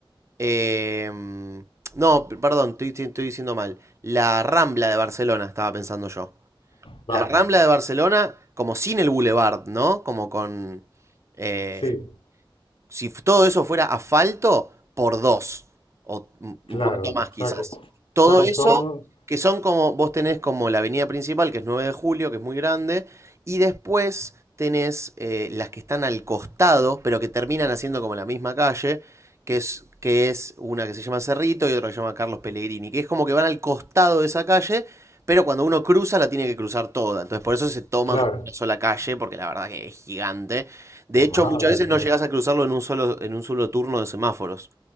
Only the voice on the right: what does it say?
Em, no, perdón, estoy, estoy- estoy diciendo mal. La Rambla de Barcelona, estaba pensando yo.
La Rambla de Barcelona, como sin el Boulevard, ¿no? Como con... eh,
si todo eso fuera asfalto, por dos, o un
poquito más quizás.
Todo
eso,
que son como, vos tenés como la avenida principal, que es 9 de julio, que es muy grande, y después tenés eh, las que están al costado, pero que terminan haciendo como la misma calle, que es, que es una que se llama Cerrito y otra que se llama Carlos Pellegrini, que es como que van al costado de esa calle, pero cuando uno cruza la tiene que cruzar toda. Entonces por eso se toma
como una sola calle, porque la verdad que es gigante de
hecho, muchas veces
no llegas a cruzarlo en un solo, en un solo turno de semáforos.